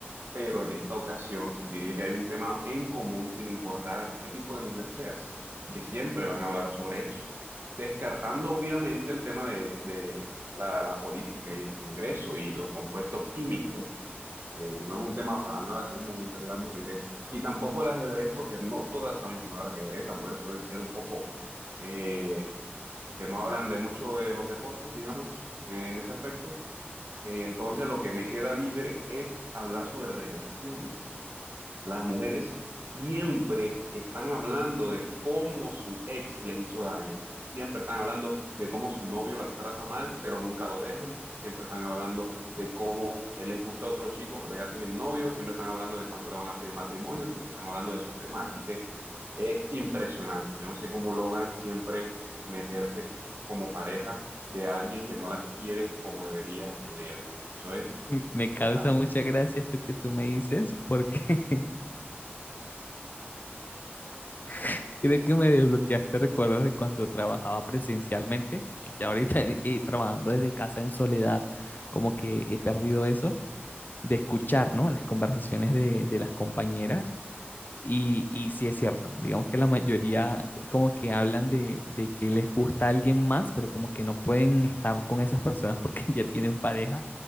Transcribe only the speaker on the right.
pero en esta ocasión diría que hay un tema en común sin importar qué tipo de mujer seas, y que siempre van a hablar sobre eso, descartando obviamente el tema de, de la, la política y el Congreso y los compuestos químicos, eh, no es un tema para nada común entre las mujeres, y tampoco el ajedrez, porque no todas saben jugar ajedrez, las mujeres suelen ser un poco, eh, que no hablan de mucho de los deportes, digamos, en ese aspecto. Entonces, lo que me queda libre es hablar sobre relaciones. Las mujeres siempre están hablando de cómo su ex les hizo daño. Siempre están hablando de cómo su novio las trata mal, pero nunca lo dejan. Siempre están hablando de cómo eh, les gusta otro chico, pero ya tienen novio. Siempre están hablando de cuándo le van a pedir matrimonio. Siempre están hablando de esos temas. Así que es impresionante. Yo no sé cómo logran siempre meterse como pareja de alguien que no las quiere como debería quererlas. Eso es
total.